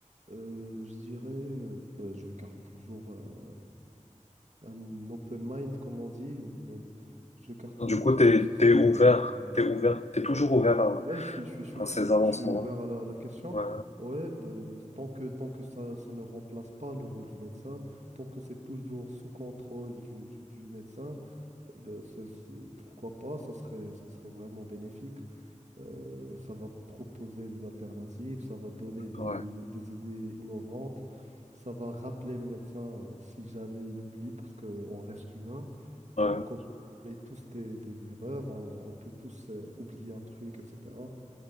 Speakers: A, on the right; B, on the left.
A: Euh, je dirais, euh, bah, je garde toujours euh, un open mind, comme on dit. Euh, je garde toujours,
B: Du coup, t'es,
A: euh, ça, ça,
B: t'es
A: ça
B: ouvert,
A: pourrait être.
B: t'es ouvert, t'es toujours ouvert à,
A: Ouais, je suis, je suis, je suis
B: à ces avancements.
A: je suis ouvert à la, à la question.
B: Ouais,
A: Ouais, bah, tant que, tant que ça, ça ne remplace pas le rôle du médecin, tant que c'est toujours sous contrôle du, du du médecin. Ben, c'est- c'est- pourquoi pas, ça serait, ça serait vraiment bénéfique. Euh, ça va proposer des alternatives, ça va donner de-
B: ouais. ouais.
A: de- des idées innovantes, ça va rappeler le médecin si jamais il oublie, parce qu'on reste humain,
B: Ouais.
A: on commet tous des, des erreurs, on, on peut tous euh, oublier un truc, etc.